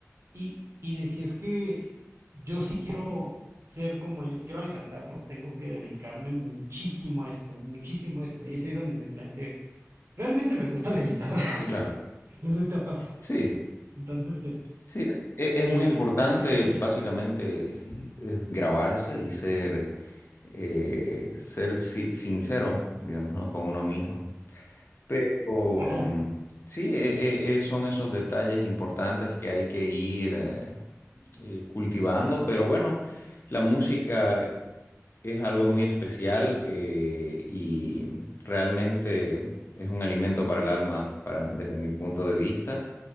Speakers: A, on the right; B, on the left.
A: Y, y decía, es que yo sí quiero ser como ellos, quiero alcanzarlos, tengo que dedicarme muchísimo a esto, muchísimo a esto. Y es ahí donde me planteé, realmente me gusta la guitarra, <laughs>
B: claro.
A: no sé si te ha pasado.
B: Sí,
A: Entonces, es-
B: sí, e- es,
A: eh,
B: muy importante
A: sí, te escucho.
B: básicamente eh, grabarse y ser, eh, ser si- sincero, digamos, ¿no? Con uno mismo. Pero
A: Ajá,
B: mm, sí, e- e- e- son esos detalles importantes que hay que ir eh, eh, cultivando, pero bueno, la música... Es algo muy especial eh, y realmente es un alimento para el alma, para, desde mi punto de vista.